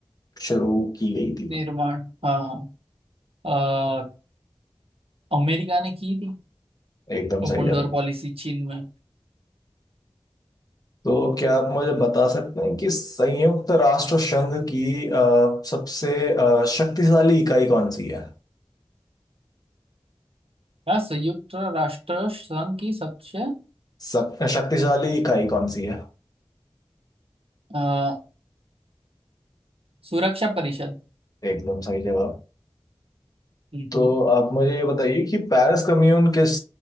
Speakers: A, on the left; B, on the right.
A: शुरू की गई थी
B: निर्माण हाँ हाँ अ, अमेरिका ने की थी
A: एकदम सही
B: वंडर
A: जवाब
B: पॉलिसी चीन में
A: तो क्या आप मुझे बता सकते हैं कि संयुक्त राष्ट्र संघ की अ, सबसे अ, शक्तिशाली इकाई कौन सी है
B: क्या संयुक्त राष्ट्र संघ की सबसे
A: शक- शक्तिशाली इकाई कौन सी है
B: अ, सुरक्षा परिषद
A: एकदम सही जवाब
B: हम्म
A: तो
B: हम्म,
A: आप मुझे ये बताइए कि पेरिस कम्यून किस